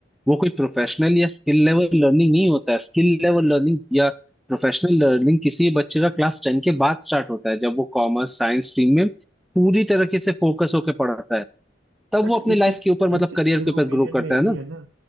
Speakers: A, in the centre; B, on the right.
A: वो कोई प्रोफेशनल या स्किल लेवल लर्निंग नहीं होता है स्किल लेवल लर्निंग या प्रोफेशनल लर्निंग किसी बच्चे का क्लास टेन के बाद स्टार्ट होता है जब वो कॉमर्स साइंस स्ट्रीम में पूरी तरीके से फोकस होकर पढ़ता है तब
B: बट
A: वो अपने
B: एक
A: लाइफ
B: चीज
A: के ऊपर
B: एक
A: मतलब
B: चीज
A: करियर
B: मेरे
A: के
B: ओपिनियन
A: ऊपर ग्रो करता
B: में ये
A: है
B: भी है ना